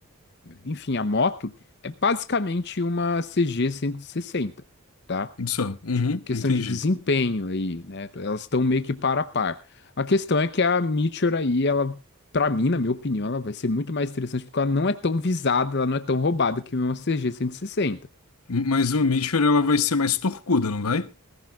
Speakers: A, on the left; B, on the left.
A: enfim, a moto é basicamente uma CG 160. tá?
B: Só. Uhum,
A: tipo, questão
B: entendi.
A: de desempenho aí, né? Elas estão meio que par a par. A questão é que a Meteor aí, ela, pra mim, na minha opinião, ela vai ser muito mais interessante porque ela não é tão visada, ela não é tão roubada que uma CG sessenta
B: Mas uma Meteor, ela vai ser mais torcuda, não vai?